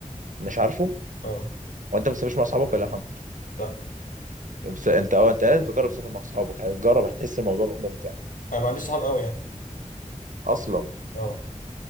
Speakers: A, on the right (about 75°); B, on the left (about 85°).
A: مش عارفه
B: اه
A: هو انت ما بتسافرش مع اصحابك ولا فاهم
B: لا
A: بس انت اه انت لازم تجرب تسافر مع اصحابك هتجرب هتحس الموضوع ممتع
B: انا ما عنديش صحاب قوي يعني
A: اصلا
B: اه